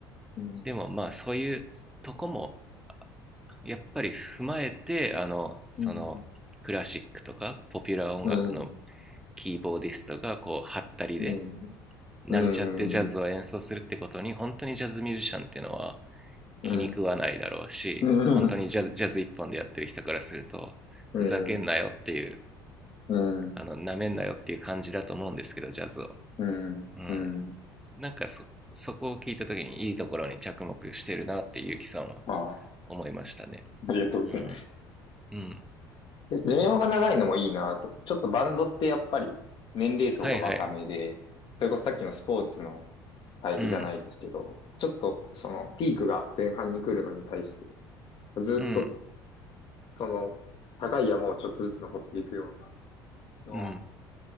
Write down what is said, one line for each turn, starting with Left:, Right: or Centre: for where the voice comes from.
Left: うん。
Centre: でもまあそういうとこもやっぱり踏まえてあのそのクラシックとかポピュラー音楽の
Left: うん。うん。
Centre: キーボーディストがこうハったりで
Left: うん。
Centre: なんちゃってジャズを演奏するってことに本当にジャズミュージシャンっていうのは
Left: うん。うん。
Centre: 気に食わないだろうし本当にジャズジャズ一本でやってる人からするとふざけんなよっていう
Left: うん、うん、うん、
Centre: あのなめんなよっていう感じだと思うんですけどジャズを、
Left: うん、
Centre: うん、
Left: うん。
Centre: なんかそ、そこを聞いたときにいいところに着目してるなってゆうきさんは
Left: ああ、
Centre: 思いましたね。
Left: ありがとうございます。
Centre: うん。うん。
Left: で寿命が長いのもいいなと。ちょっとバンドってやっぱり年齢層が若めで、
Centre: はいはい。
Left: それこそさっきのスポーツの対比じゃないですけど、
Centre: うん。
Left: ちょっとそのピークが前半に来るのに対して、ずっと
Centre: うん。
Left: その高い山をちょっとずつ登っていくようなのは、
Centre: うん。